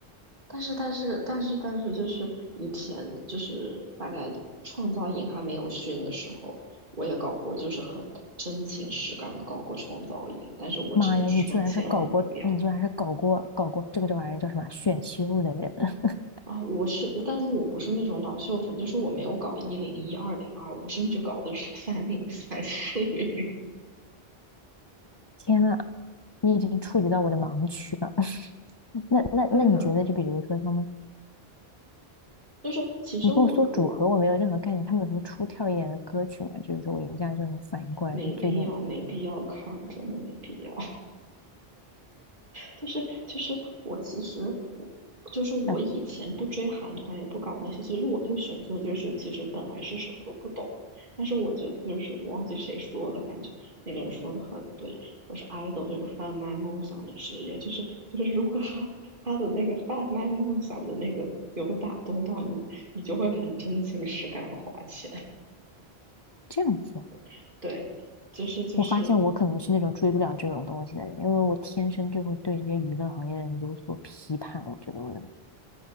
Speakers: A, on the right; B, on the left.
A: 但是但是但是但是，就是以前就是大概创造营还没有训的时候，我也搞过，就是很真情实感的搞过创造营，但是我只能说千万不要。
B: 妈呀，你居然是搞过，你居然是搞过搞过这个这玩意儿叫什么选秀的人，<laughs>
A: 啊，我是，我但是我不是那种老秀粉，就是我没有搞一零一、二零二，我甚至搞的是 <laughs> 三零三、四零。
B: 天呐，你已经触及到我的盲区了。<laughs> 那那那你觉得，
A: 对的，
B: 就比如说他们，
A: 就是其实我我
B: 你跟我说组合，我没有任何概念，他们有什么出挑一点的歌曲吗？就是说我一下就能反应过来是最近
A: 没必要，没必要看，真的没必要。就是就是我其实我就是我以前不追韩团，
B: 啊
A: 也不搞那些。其实我对选秀就是其实本来是什么都不懂的，但是我觉得就是我忘记谁说的，反正那个人说的很对，就是 idol 就是贩卖梦想的职业，就是就是如果他他的那个贩卖梦想的那个有打动到你，你就会很真情实感的花钱。
B: 这样子。
A: <laughs> 对，就是就是
B: 我发现我可能是那种追不了这种东西的人，因为我天生就会对这些娱乐行业的人有所批判。我觉得我的脑